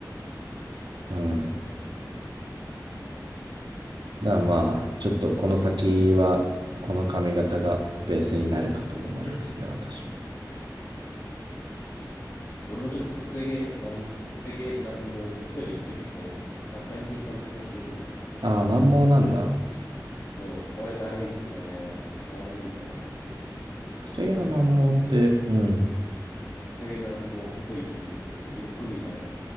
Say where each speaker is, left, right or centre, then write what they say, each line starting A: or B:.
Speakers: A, on the right; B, on the left.
A: うん。だからまあ、ちょっとこの先は、この髪型がベースになるかと思いますね、
B: うん。<coughs>
A: 私は。
B: うん俺もちょっとくせ毛なんも、くせ毛なんも細いっていう結構扱いにくい髪質をしているので、
A: ああ、難毛なんだ。
B: そう、これだるいっすね。これめんどくさいですよ。
A: 癖毛の難毛って、
B: だから、
A: うん、
B: くせ毛なんも細いっていう結構ね、地獄みたいな